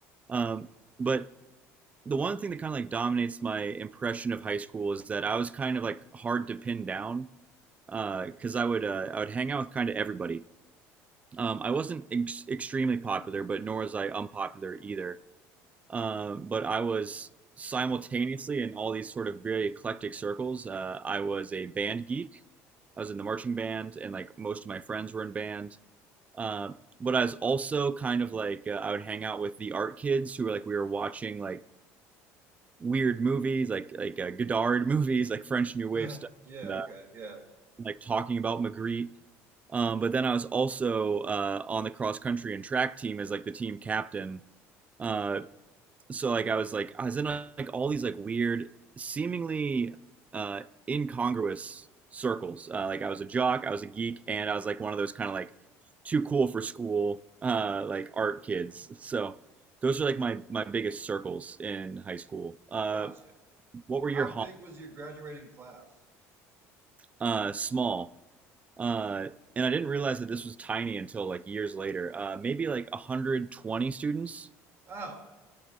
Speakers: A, on the right (about 20°); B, on the right (about 40°).
A: Um, but the one thing that kind of like dominates my impression of high school is that I was kind of like hard to pin down because uh, I would uh, I would hang out with kind of everybody. Um, I wasn't ex- extremely popular, but nor was I unpopular either. Um, but I was simultaneously in all these sort of very eclectic circles. Uh, I was a band geek. I was in the marching band, and like most of my friends were in band. Uh, but I was also kind of like uh, I would hang out with the art kids who were like we were watching like weird movies, like like uh, Godard <laughs> movies, like French New Wave
B: <laughs>
A: stuff,
B: Yeah,
A: and, uh,
B: okay, yeah.
A: like talking about Magritte. Um, but then I was also uh, on the cross country and track team as like the team captain. Uh, so like I was like I was in like all these like weird, seemingly uh incongruous circles. Uh, like I was a jock, I was a geek, and I was like one of those kind of like too cool for school uh like art kids. So those are like my my biggest circles in high school. Uh
B: Gotcha.
A: what were
B: How
A: your hobbies?
B: big was your graduating class?
A: Uh small. Uh and I didn't realize that this was tiny until like years later. Uh maybe like 120 students.
B: Oh,